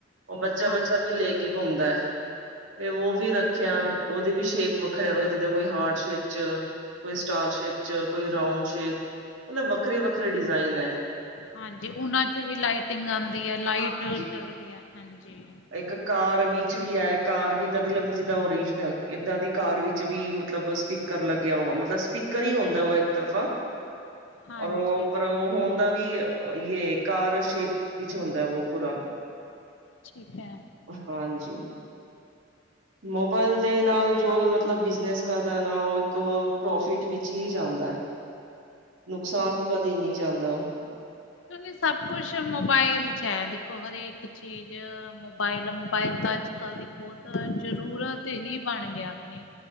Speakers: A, on the right; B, on the left.
A: ਓ ਬੱਚਾ-ਬੱਚਾ
B: ਹਾਂਜੀ,
A: ਵੀ ਲੈ ਕੇ ਘੁੰਮਦਾ ਹੈ ਏ ਓ ਵੀ ਰੱਖਿਆ ਓਦੇ ਵੀ ਸ਼ੇਪ ਵੱਖਰੇ ਵ ਜਿਦਾਂ ਕੋਈ ਹਾਰਡ ਸ਼ੇਪ 'ਚ ਕੋਈ ਸਟਾਰ ਸ਼ੇਪ 'ਚ ਕੋਈ ਰਾਉਂਡ ਸ਼ੇਪ ਮਤਲਬ ਵੱਖਰੇ-ਵੱਖਰੇ ਡਿਜ਼ਾਇਨ ਐ।
B: ਹਾਂਜੀ ਓਨਾ 'ਚ ਵੀ ਲਾਈਟਿੰਗ ਆਂਦੀ ਐ ਲਾਈਟ
A: ਹਾਂ
B: ਜੱਗਦੀਆਂ ਹਾਂਜੀ।
A: ਇੱਕ ਕਾਰ ਵਿੱਚ ਵੀ ਐ ਕਾਰ ਵੀ ਇੱਦਾਂ ਦੀ ਲੱਗਦੀ ਜਿੱਦਾਂ ਓਰੀਜਨਲ ਏਦਾਂ ਦੀ ਕਾਰ ਵਿੱਚ ਵੀ ਮਤਲਬ ਸਪੀ ਕਰ ਲੱਗਿਆ ਵਾ ਮਤਲਬ ਸਪੀਕਰ ਹੀ ਹੁੰਦਾ ਵਾ ਇੱਕ ਤਰਫਾ
B: ਹਾਂਜੀ,
A: ਔਰ ਓ ਪਰ ਓ ਹੋਣ ਦਾ ਵੀ ਯੇ ਕਾਰ ਸ਼ੇਪ ਵਿੱਚ ਹੁੰਦੈ ਵੋ ਪੂਰਾ
B: ਠੀਕ ਹੈ।
A: ਹਾਂਜੀ। ਮੋਬਾਇਲ ਦੇ ਨਾਲ ਜੋ ਵੀ ਮਤਲਬ ਬਿਜਨਸ ਕਰਦੈ ਨਾ ਓਹ ਇੱਕ ਪ੍ਰੋਫਿਟ ਵਿੱਚ ਹੀ ਜਾਂਦੈ। ਨੁਕਸਾਨ ਚ ਕਦੇ ਨੀ ਜਾਂਦਾ ਓਹ।
B: ਹੁਣ ਏ ਸਭ ਕੁਛ ਮੋਬਾਈਲ 'ਚ ਐ, ਦੇਖੋ ਹਰ ਏਕ ਚੀਜ਼ ਮੋਬਾਈਲ ਐ ਮੋਬਾਈਲ ਤਾਂ ਅੱਜ ਕੱਲ ਦੀ ਬੌਤ ਜ਼ਰੂਰਤ ਹੀ ਬਣ ਗਿਐ ਅਪਣੀ।